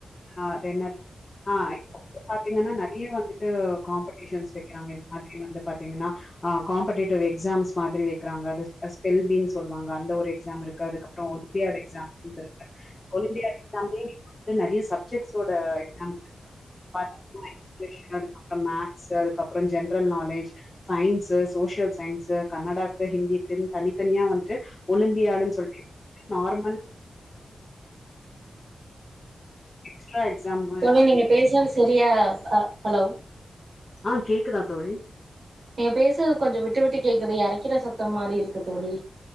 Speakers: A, on the left; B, on the right.
A: ஆ அது என்னது ஆ இப்ப பாத்தீங்கனா நறிய வந்துட்டு காம்படிஷன்ஸ் வெக்கிறாங்க இந்த மாதிரி வந்து பாத்தீங்கனா ஆ காம்படேட்டிவ் எக்ஸாம்ஸ் மாதிரி வெக்கிறாங்க அது ஸ்பெல் பீ னு சொல்வாங்க அந்த ஒரு எக்ஸாம் இருக்கு அதுக்கப்றொ லியர்ட் எக்ஸாம் இப்பர் ஒலிம்பியா எக்ஸாம்லேயே வந்து நெறயா சப்ஜெக்ட்ஸ்சோட எக்ஸாம் <inaudible> அதுக்கப்றொ மேக்ஸ் அதுக்கப்றொ general knowledge science social science கன்னடாக்கு ஹிந்திக்குன் தனித்தனியா வந்துட்டு ஒலிம்பியாடுன் சொல்ட்டு நார்மல் <inaudible> எக்ஸ்ட்ரா எக்ஸாம்
B: தோழி
A: அப்டி
B: நீங்க பேசறது சரியா அ ஹலோ
A: ஆ கேக்குதா தோழி
B: நீங்க பேசுறது கொஞ்சொ விட்டு விட்டு கேக்குது எரைக்கிற சத்தொ மாரி இருக்கு தோழி